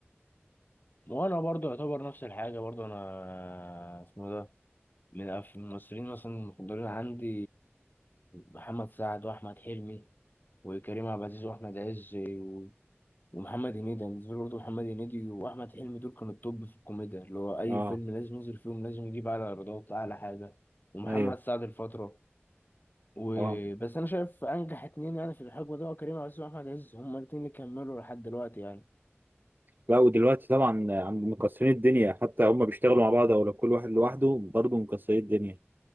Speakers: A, on the left (about 45°); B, on the right (about 45°).
A: وأنا برضو يعتبر نفس الحاجة برضو أنا اسمه ده من أف- من الممثلين مثلا المفضلين عندي محمد سعد وأحمد حلمي وكريم عبد العزيز وأحمد عز و- ومحمد هنيدي أنا بالنسبة لي برضه محمد هنيدي وأحمد حلمي دول كانوا التوب في الكوميديا اللي هو أي
B: اه
A: فيلم لازم ينزل فيهم لازم يجيب أعلى إيرادات أعلى حاجة ومحمد
B: ايوه
A: سعد الفترة وبس
B: اه
A: أنا شايف أنجح اتنين يعني في الحقبة ده هو كريم عبد العزيز وأحمد عز هما الاتنين اللي كملوا لحد دلوقتي يعني
B: لا ودلوقتي طبعا عند مكسرين الدنيا حتى هم بيشتغلوا مع بعض او لو كل واحد لوحده برضه مكسرين الدنيا